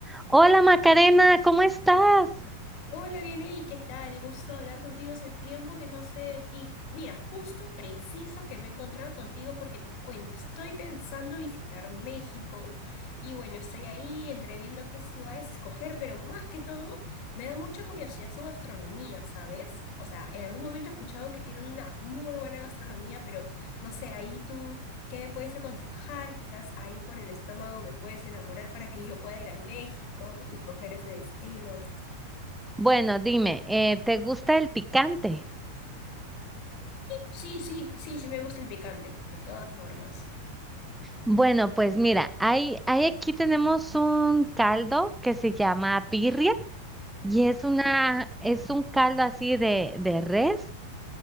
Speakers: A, in the centre; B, on the left.
A: Hola Macarena, ¿cómo estás?
B: Hola, viene ¿y qué tal? Gusto hablar contigo hace tiempo que no sé de ti. Mira, justo preciso que me he encontrado contigo porque te cuento, estoy pensando visitar México y bueno, estoy ahí entre viendo qué ciudades escoger, pero más que todo me da mucha curiosidad su gastronomía, ¿sabes? O sea, en algún momento he escuchado que tienen una muy buena gastronomía, pero no sé, ahí tú, ¿qué me puedes aconsejar? Quizás ahí por el estómago me puedes enamorar para que yo pueda ir a México y escoger ese destino.
A: Bueno, dime, eh, ¿te gusta el picante?
B: Sí, sí, sí, sí me gusta el picante, de todas formas.
A: Bueno, pues mira, hay, hay aquí tenemos un caldo que se llama birria y es una, es un caldo así de, de res